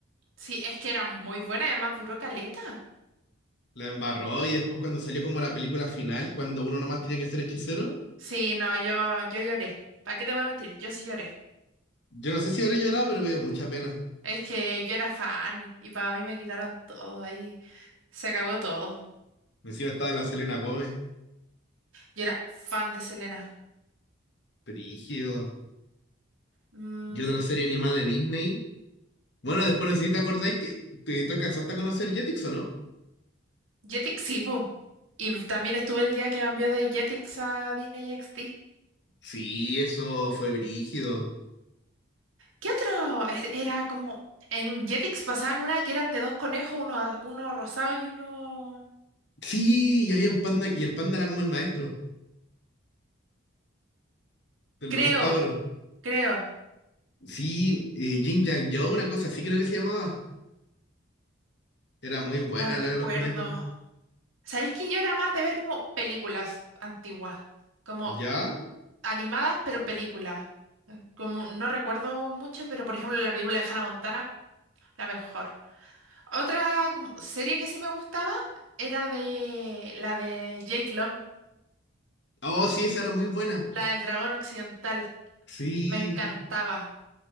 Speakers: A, on the right (about 90°); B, on the left (about 60°).
A: Sí, es que era muy buena, además duró caleta.
B: La embarró y después cuando salió como la película final, cuando uno nomás tenía que ser hechicero,
A: Sí, no, yo, yo lloré. ¿Para qué te voy a mentir? Yo sí lloré.
B: yo no sé si habré llorado, pero me dio mucha pena.
A: Es que yo era fan y para mí me quitaron todo. Ahí se acabó todo.
B: Encima estaba la Selena Gómez,
A: Yo era fan de Selena.
B: brígido.
A: Mm,
B: Y otra serie animada de Disney. Bueno, después necesito acordar que te, te alcanzaste a conocer Jetix, ¿o no?
A: Jetix, sí, po. Y también estuve el día que cambió de Jetix a Disney XD.
B: Sí, eso fue brígido.
A: ¿Qué otro? Es- Era como. En Jetix pasaban una que eran de dos conejos, uno, a- uno rosado y uno.
B: Sí, y había un panda y el panda era como el maestro de
A: Creo,
B: los dos cabros.
A: creo.
B: Sí, eh, Jin Yang Yo, una cosa así creo que se llamaba. Era muy buena
A: No recuerdo.
B: la de los conejos.
A: ¿Sabéis que yo era más de ver como películas antiguas? como.
B: ¿Ya?
A: Animadas, pero películas. Eh, Como no recuerdo mucho, pero por ejemplo la película de Hannah Montana, la mejor. Otra como serie que sí me gustaba era de la de Jake Long,
B: Oh, sí, esa era muy buena.
A: la del dragón occidental.
B: Sí,
A: Me encantaba.